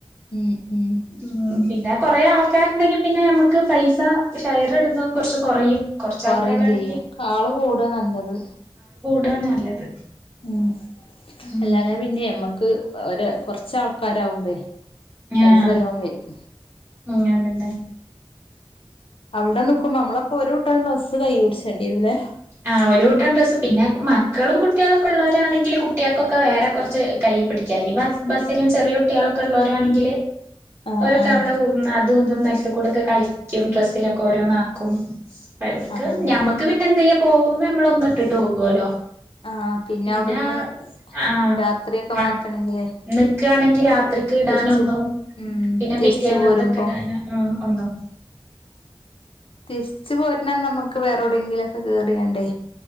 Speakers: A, on the left; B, on the right.
A: ഉം ഉം
B: ആ പിന്നെ കൊറേ ആൾക്കാർ ണ്ടെങ്കിൽ പിന്നെ നമക്ക് പൈസ ഷെയർ ഇടുന്നതും കുറച്ച് കുറയും കൊറച്ച്
A: കൊറയും ചെയ്യും
B: കൊറച്ചാൾക്കാരാണെങ്കി
A: ആള് കൂട നല്ലത്
B: ടാണ് നല്ലത്
A: ഉം
B: ഉം
A: അല്ലാ ഞാ പിന്നെ ഞമ്മ ക്ക് ഒര് കൊറച്ച് ആൾക്കാരാവുമ്പേ പൈസല്ലോ
B: ആഹ്
A: വരും
B: ഉം അതന്നെ
A: അവിടെ നിക്കുമ്പോ നമ്മളപ്പോ ഒരു കൂട്ടം ഡ്രസ്സ് കൈ പിടിച്ചേണ്ടി വരൂല്ലേ
B: ആഹ് ഒരു കൂട്ടം ഡ്രസ്സ്, പിന്നെ മക്കളും കുട്ട്യോളൊക്കെ ഉള്ളവരാണെങ്കില് കുട്ട്യോൾക്കൊക്കെ വേറെ കുറച്ച് കൈയി പിടിക്കാം ഈ ബസ് ബസ്സിലും ചെറിയ കുട്ടികളൊക്കെ ഉള്ളവരാണെങ്കില്
A: ആഹ്
B: ഒരൊക്ക
A: ആഹ്
B: അവിടെ ഉർന്ന് അതുംഇതും നശ് കൂടൊക്കെ കളിക്കും ഡ്രസ്സിലൊക്കെ ഓരോന്ന് ആക്കും വയോർക്ക്
A: അതന്നെ
B: ഞമ്മക്ക് പിന്നെ എന്ത്‌ ചെയ്യും പോകുമ്പോ നമ്മൾ ഒന്ന് ഇട്ട് പോകുവല്ലോ
A: ആഹ്
B: പിന്നെ
A: അവിടുന്ന്
B: ആഹ്
A: രാത്രിയൊക്കെ
B: ആഹ്
A: മാറ്റണെങ്കിലേ
B: നിക്കണെങ്കി രാത്രിക്ക് ഇടാനൊന്നും
A: തിരിച്ച് ഉം
B: പിന്നെ
A: തിരിച്ചു
B: പിറ്റേന്നത്തക്കെ
A: പോരുമ്പോ
B: ഇടാന് ആഹ് ഒന്നും
A: തിരിച്ച് പോര്ണ അന്ന് നമ്മക്ക് വേറൊ ടെങ്കിലൊക്കെ കേറിയാണ്ട്